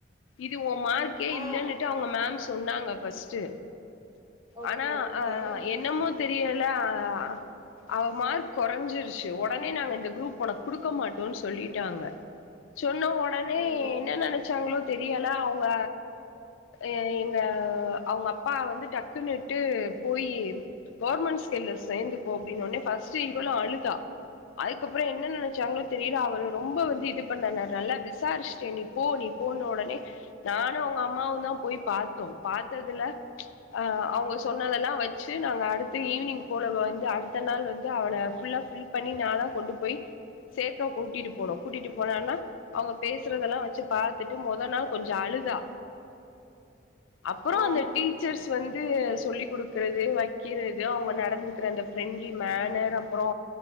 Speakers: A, on the left; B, on the right.
A: இது ஓ மார்க்கே
B: ஆ
A: இல்லன்னுட்டு அவங்க மம் சொன்னாங்க ஃபஸ்ட்டு
B: ஓகே
A: ஆனா
B: ஓகே
A: ஆ என்னமோ தெரியல ஆ அவ மார்க் கொறைஞ்சிருச்சு ஒடனே நாங்க இந்த குரூப் ஒனக்கு குடுக்க மாட்டோன்னு சொல்லிட்டாங்க சொன்ன ஒடனே
B: ம்
A: என்ன நெனச்சாங்களோ தெரியல அவுங்க எ எங்க அவுங்கப்பா வந்து டக்குன்னுட்டு போயி கவர்மெண்ட்ஸ் ஸ்கேல்ல சேந்துக்கோ அப்டின்ன ஒன்னே ஃபஸ்ட்டு இவளு அழுதா அதுக்கப்பறோ என்ன நெனைச்சாங்ளே தெரில அவரு ரொம்ப வந்து இது பண்ணுனாரு நல்ல விசாரிச்சிட்டே நீ போ நீ போன்ன ஒடனே நானு அவுங்கம்மாவுந்தா போய் பாத்தோ பாத்ததுல ஆ அவுங்க சொன்னதெல்லா வச் சு நாங்க அடுத்து ஈவினிங் போல வந்து அடுத்த நாள் வந்து அவள ஃபுல்லா ஃபில் பண்ணி நாதா கொண்டு போய் சேக்க கூட்டிட்டு போனோ கூட்டிட்டு போனானா அவுங்க பேசறதெல்லா வெச்சு பாத்துட்டு மொத நா கொஞ்சோ அழுதா அப்றோ
B: ஆ
A: அந்த டீச்சர்ஸ் வந்து சொல்லிக் குடுக் கறது வைக்கிறது அவுங்க நடந்துக்கிற அந்த ஃப்ரெண்ட்லி மேனர் அப்றோ